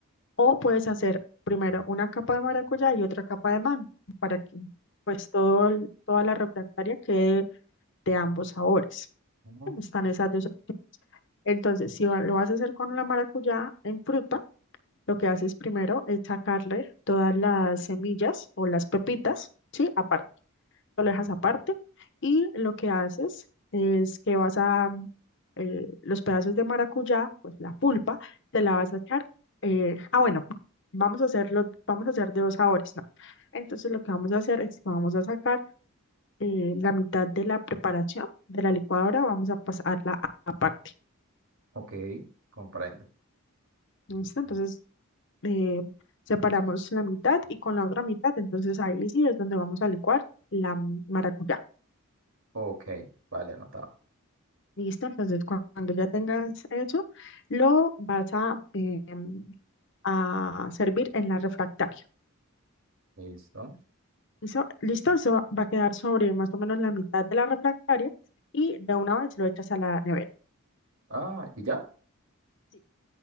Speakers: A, on the left; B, on the right.
A: O puedes hacer primero una capa de maracuyá y otra capa de mango para que pues todo, el- toda la refractaria quede de ambos sabores.
B: Ah,
A: Están esas dos opciones. Entonces, si va- lo vas a hacer con la maracuyá en fruta, lo que haces primero es sacarle todas las semillas o las pepitas, ¿sí? lo dejas aparte y lo que haces es que vas a eh, los pedazos de maracuyá, pues la pulpa, te la vas a echar. eh, ah, bueno, vamos a hacerlo, vamos a hacer de dos sabores, ¿no? Entonces lo que vamos a hacer es que vamos a sacar eh, la mitad de la preparación de la licuadora, vamos a pasarla a- aparte.
B: Ok, comprendo.
A: ¿Listo? Entonces eh, separamos la mitad y con la otra mitad, entonces ahí sí es donde vamos a licuar la maracuyá.
B: Ok, vale, anotado.
A: Listo, entonces cu- cuando ya tengas eso, lo vas a, eh, a servir en la refractaria.
B: Listo.
A: Eso- listo, eso va a quedar sobre más o menos la mitad de la refractaria y de una vez lo echas a la nevera.
B: Ah, ¿y ya?
A: Sí.